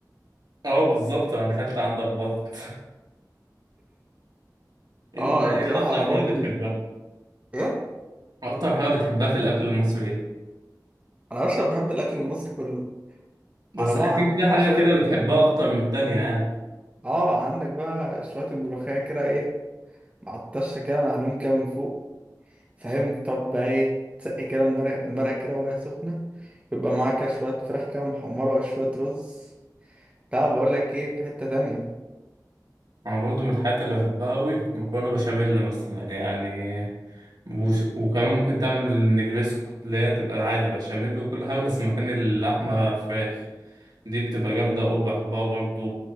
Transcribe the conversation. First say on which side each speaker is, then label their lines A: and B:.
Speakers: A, on the right; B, on the right.
A: أه بالظبط أنا أكلت عندك بط <laughs> أنت
B: اه
A: إيه
B: انا بصراحه
A: أكتر
B: انا
A: حاجة
B: برضو
A: بتحبها؟
B: ايه
A: أكتر حاجة بتحبها في الأكل المصري إيه؟
B: انا بشرب بحب الاكل المصري كله
A: بس
B: على بقى
A: أكيد
B: عندك
A: في
B: بقى
A: حاجة
B: شويه
A: كده بتحبها أكتر من التانية يعني
B: اه عندك بقى شويه الملوخيه كده ايه مع الطشه كده معلوم كده من فوق فاهم طب بقى ايه تسقي كده المرق المرق كده وهي سخنه يبقى معاك كده شويه فراخ كده محمره وشويه رز طب بقول لك ايه في حتة تانية
A: أنا برضو من الحاجات اللي بحبها أوي مكرونة بشاميل مثلا يعني وش... وكمان ممكن تعمل النجريسكو اللي هي تبقى عادي بشاميل وكل حاجة بس مكان اللحمة فراخ دي بتبقى جامدة أوي بحبها برضو